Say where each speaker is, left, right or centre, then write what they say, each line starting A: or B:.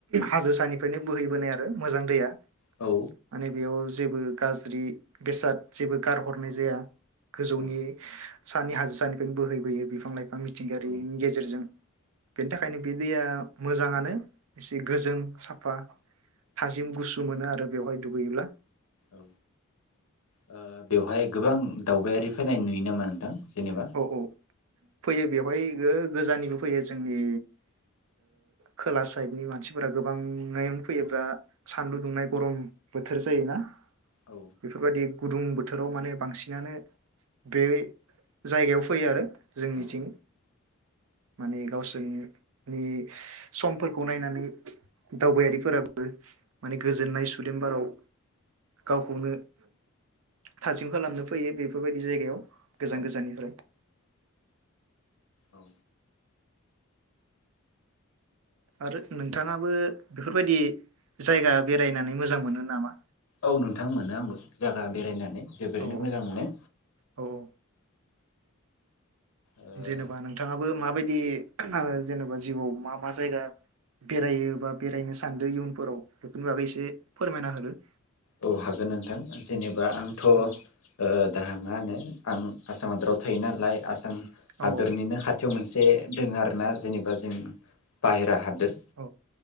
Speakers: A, on the right; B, on the left.
A: हाजोसानिफ्रायनो बोहैबोनाय आरो मोजां दैया
B: औ
A: माने बेयाव जेबो गाज्रि बेसाद जेबो गारहरनाय जाया गोजौनि
B: औ
A: सानि हाजो सानिफ्रायनो बोहैबोयो बिफां लाइफां मिथिंगायारिनि
B: औ
A: गेजेरजों बेनि थाखायनो बे दैया मोजांङानो एसे गोजों साफा थाजिम गुसु मोनो आरो बेवहाय दुगैयोब्ला
B: औ ओ बेवहाय गोबां दावबायारि फायनाय नुयो नामा नोंथां जेनेबा
A: औ औ फैयो बेवहाय गोजाननिबो फैयो जोंनि खोला साइडनि मानसिफोरा गोबांङानो फैयोब्ला सानदुं दुंनाय गरम बोथोर जायोना
B: औ
A: बेफोरबायदि गुदुं बोथोराव माने बांसिनानो बे जायगायाव फैयो आरो जोंनिथिं
B: औ
A: माने गावसोरनिनि समफोरखौ नायनानै दावबायारिफोराबो माने गोजोननाय सुदेमबाराव गावखौनो थाजिम खालामनो फैयो बेफोरबायदि जायगायाव गोजान
B: औ
A: गोजाननि <inaudible>
B: ओ
A: आरो नोंथांङाबो बेफोरबायदि जायगा बेरायनानै मोजां मोनो नामा।
B: औ नोंथां मोनो आंबो जायगा बेरायनानै जोबोरैनो
A: औ
B: मोजां मोनो।
A: औ औ
B: ओ
A: जेनेबा नोंथांङाबो माबायदि जेनेबा जिउआव मा मा जायगा बेरायो बा बेरायनो सानदों इयुनफोराव बेफोरनि बागै एसे फोरमायना होदो
B: औ हागोन नोंथां जेनेबा आंथ'‌ओ
A: औ
B: दा मा होनो आं आसाम हादराव थायो नालाय आसाम
A: औ
B: हादरनिनो खाथियाव मोन से दोंङो आरोना जेनेबा जों बाहेरा हादोद
A: औ